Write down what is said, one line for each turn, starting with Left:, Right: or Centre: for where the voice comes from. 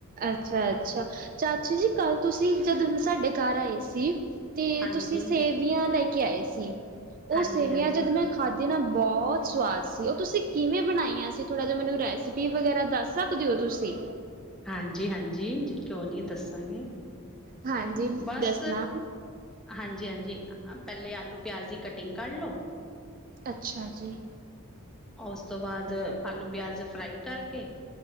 Right: ਅੱਛਾ-ਅੱਛਾ ਚਾਚੀ ਜੀ ਕੱਲ ਤੁਸੀਂ ਜਦਣ ਸਾਡੇ ਘੱਰ ਆਏ ਸੀ ਤੇ
Centre: ਹਾਂਜੀ
Right: ਤੁਸੀਂ ਸੇਵੀਆਂ ਲੈ ਕੇ ਆਏ ਸੀ
Centre: ਹਾਂਜੀ
Right: ਓ ਸੇਵੀਆਂ
Centre: ਹਾਂਜੀ
Right: ਜਦ ਮੈਂ ਖਾਧੇ ਨਾ ਬੋਹਤ ਸਵਾਦ ਸੀ ਓ ਤੁਸੀਂ ਕਿਵੇਂ ਬਣਾਈਆਂ ਸੀ ਥੋੜ੍ਹਾ ਜੇਹਾ ਮੈਨੂੰ ਰੈਸਪੀ ਵਗੈਰਾ ਦੱਸ ਸਕਦੇ ਓ ਤੁਸੀਂ
Centre: ਹਾਂਜੀ-ਹਾਂਜੀ ਕਿਉਂ ਨੀ ਦੱਸਾਂਗੇ।
Right: ਹਾਂਜੀ
Centre: ਬਸ
Right: ਦੱਸਣਾ
Centre: ਹਾਂਜੀ-ਹਾਂਜੀ ਪੈਲੇ ਆਲੂ-ਪਿਆਜ਼ ਦੀ ਕਟਿੰਗ ਕਰਲੋ
Right: ਅੱਛਾ ਜੀ।
Centre: ਓਸ ਤੋਂ ਬਾਦ ਆਲੂ-ਪਿਆਜ਼ ਫਰਾਈ ਕਰਕੇ